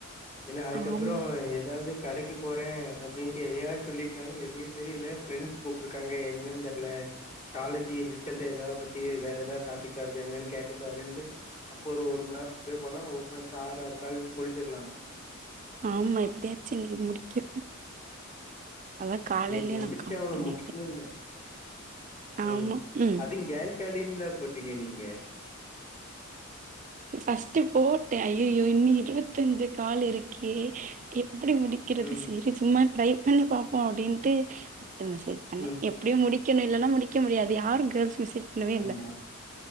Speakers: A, on the left (about 40°); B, on the right (about 35°).
A: என்ன அதுக்கப்றோ
B: ஆமா
A: ஏதாது கடைக்கு போறே அப்டின்ட்டு எதையாச் சொல்லிட்னாலு வெளிய <unintelligible> ஃப்ரெண்ட்ஸ் கூப்பிட்ருக்காங்க என்னன் தெர்ல காலேஜ்ஜீ ரிசல்ட்டு எதாபத்தி வேற ஏதாடாபிக்காருக்கு என்னன்னு கேட்டுட்டு வரன்ட்டு அப்போ ஒரு மண்நேரோ அப்டியே போனா ஒரு மண் நேத்துல ஆற் ஆறு கால் முடிஞ்சிற்லா
B: ஆமா எப்டியாச்சு இன்னைக்கி முடிக்கிர்னு அதா காலையிலயே
A: இன்னைக்கு முடிச்சு
B: நா கால்
A: ஆவனு
B: பண்ணிட்டே
A: முடிக்கணுன் ம்
B: ஆமா ம்
A: அது கேல்காலின்ல போட்டீங்க நீங்க
B: ஃபஸ்ட்ட் போட்டே ஐயோ இன்னி இருபத்தஞ்சு கால் இருக்கே எப்டி முடிக் கிறது
A: ம்
B: செரி சும்மா ட்ரை பண்ணி பாப்போ அப்டின்டு அப்றோ மெஸேஜ் பண்ணே
A: ம்
B: எ ப்டியோ முடிக்கணு இல்லைனா முடிக்க முடியாது யார் கேள்ஸ் மெஸேஜ் பண்ணவே
A: ஆமா
B: இல்ல